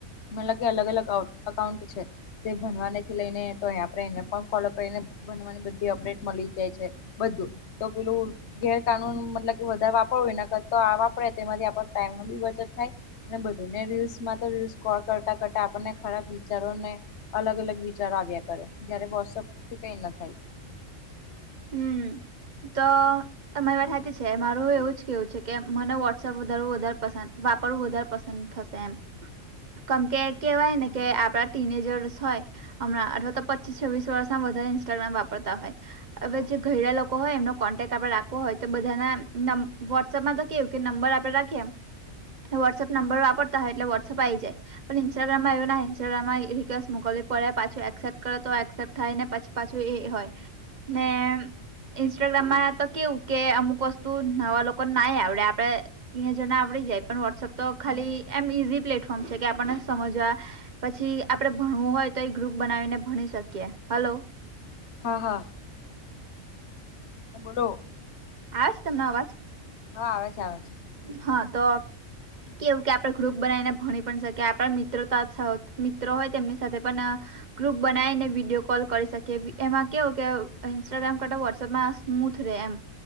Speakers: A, on the left; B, on the right.
A: મતલ કે અલગ અલગ અકાઉન્ટ છે. તે ભણવાને થી લઈને તો આપણે એને પણ ફોલો કરીને ભણવાની બધી અપડેટ મળી જાય છે. બધું તો પેલું. ગેરકાનૂન મતલબ કે વધારે વાપરવુંય કર તો આ વાપરે તેમાંથી આપ ટાઈમ ન બી બચત થાય. અને બધુંને રીલ્સમાં તો રીલ્સ કો કરતા કરતા આપણને ખરાબ વિચારોને. અલગ અલગ વિચારો આવ્યા કરે જારે વોટસઅપથી કઈ ના થાય.
B: હમ તો તમારી
A: હમ
B: બેઠા જ છે મારું એવુંજ. કેવું છે કે મને વોટસઅપ વધારવું વધારે પસંદ વાપરવું વધારે પસંદ થશે એમ. કેમ કે કેવાય
A: હમ
B: ને કે આપડા. ટીનેજર્સ હોય હમણા અથવા તો પચીસ છવ્વીસ વર્ષમાં વધારે ઇન્સ્ટાગ્રામ વાપરતા હોય. હવે જે ઘરેડા લોકો હોય એમનો કોન્ટેક્ટ આપડે રાખવો હોય તો બધાનાં વોટ્સઅપમાં તો. કેું કે નંબર આપડ રાખીએમ વોટ્સઅપ નંબર વાપરતા હોય એટલે વોટ્સઅપ આ આવી જાય. પણ ઇન્સ્ટાગ્રામમાંવું ન્સ્ટાગ્રામમાં રિક્વેસ્ટ મોકલવી પડે પાછી એક્સેપ્ટ કરે તો એક્સેપ્ટ થાયનેછ. પાછું એ હોય ને. ઇન્સ્ટાગ્રામમાં તો કેવું કે અમુક વસ્તુ નવા લોકો નાઈ આવડે આપડ. તીને જણા આવડી જાય પણ વોટ્સએપ તો ખાલી
A: હમ
B: એમ ઈઝી પ્લેટફોર્મ છે કે આપણને સમજવા. પછી આપડણે ભણવું હોય તો એ ગ્રુપ બનાવીને ભણી શકીએ હલો.
A: હા હા. હા બોલો.
B: આજ તમને અવાજ.
A: હા આવે છે આવે છે.
B: હા તો કેવું કે આપડ ગ્રુપ. બનાવીને ભણી પણ શકે આપણા મિત્રો તો જ મિત્રો હોય તેમની સાથે પણ. ગ્રુપ બનાવીને વિડીયો કોલ કરી શકી એમાં કેવું કે ઇન્સ્ટાગ્રામ કરતા વોટ્સએપમાં. સ્મૂથ રે એમ